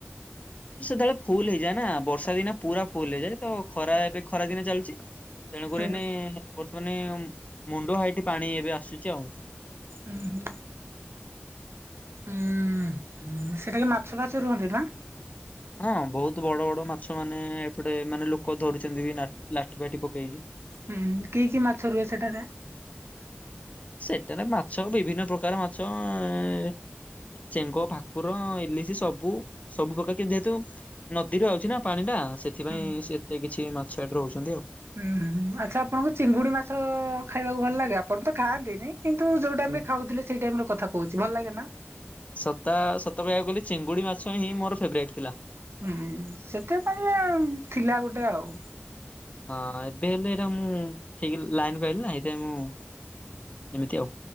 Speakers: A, on the left (about 35°); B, on the right (about 75°).
A: ସେତେବେଳେ ଫୁଲ ହେଇଯାଏ ନା ବର୍ଷା ଦିନେ ପୁରା ଫୁଲ ହେଇଯାଏ ତ ଖରା ଏବେ ଖରା ଦିନ ଚାଲିଛି। ତେଣୁକରି
B: ହୁଁ
A: ଏଇନେ ବର୍ତ୍ତମାନେ ମୁଣ୍ଡ ହାଇଟି ପାଣି ଏବେ ଆସୁଛି ଆଉ।
B: ଉୁ ହୁଁ। ଉଁ ହୁଁ ସେ ଖାଲେ ମାଛ ଫାଛ ରୁହନ୍ତି ନା।
A: ହଁ ବହୁତ ବଡ ବଡ ମାଛ ମାନେ ଏପଟେ ମାନେ ଲୋକ ଧରୁଛନ୍ତି ନା ଲାଠି ଫାଠି ପକେଇକି।
B: ହୁଁ କି କି ମାଛ ରୁହେ ସେଠା ରେ।
A: ସେଠାରେ ମାଛ ବିଭିନ୍ନ ପ୍ରକାର ମାଛ ଏ। ଏ ଚେଙ୍ଗ ଭାକୁର ଇଲିଶି ସବୁ ସବୁ ପ୍ରକାର କିନ୍ତୁ ଯେହେତୁ। ନଦୀରୁ ଆଉଛି ନା ପାଣି ଟା ସେଥିପାଇଁ
B: ହୁଁ
A: ସି ଏତେ କିଛି ମାଛ ଏଠି ରହୁଛନ୍ତି ଆଉ।
B: ହୁଁ ହୁଁ ଆଚ୍ଛା ଆପଣଙ୍କୁ ଚିଙ୍ଗୁଡି ମାଛ ଖାଇବାକୁ ଭଲ ଲାଗେ ଆପଣ ତ ଖାଆନ୍ତିନି। କିନ୍ତୁ ଯୋଉ ଟାଇମ
A: ହୁଁ
B: ରେ ଖାଉଥିଲେ ସେଇ ଟାଇମ ରେ କଥା କହୁଛି ଭଲ ଲାଗେ ନା।
A: ସତା ସତ କହିବାକୁ ଗଲେ ଚିଙ୍ଗୁଡି ମାଛ ହିଁ ମୋର ଫେବରାଇଟ୍ ଥିଲା।
B: ହୁଁ ସେଥିପାଇଁ ବା ଉଁ ଥିଲା ଗୋଟେ ଆଉ।
A: ହଁ ଏବେ ହେଲେ ଏଇରା ମୁଁ ଠିକ୍ ଲାଇନକୁ ଆଇଲି ନା ହେଥିପାଇଁ ମୁଁ ଏମିତି ଆଉ।